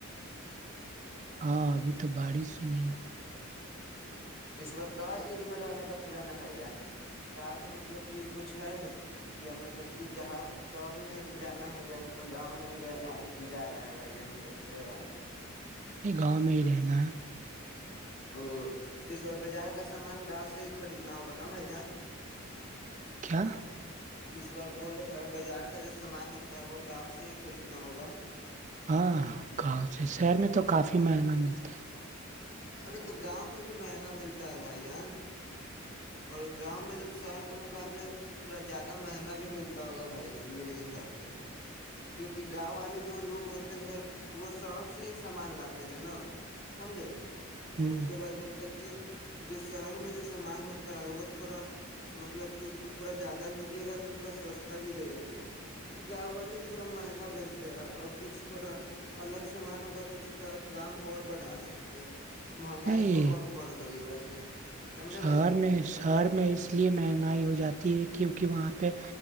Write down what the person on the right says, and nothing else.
ہاں ابھی تو بارش ہی نہیں ہو رہا ہے <unintelligible>
یہ گ میر ن <unintelligible>
کیا <inaudible>
ہاں کہ سے شہر میں تو کافی مہنگا ملتا ہے
ہے
ہ
نہیں
شہر
میں شہر میں اس لیے مہنگائی ہو جاتی ہے کیونکہ وہاں پہ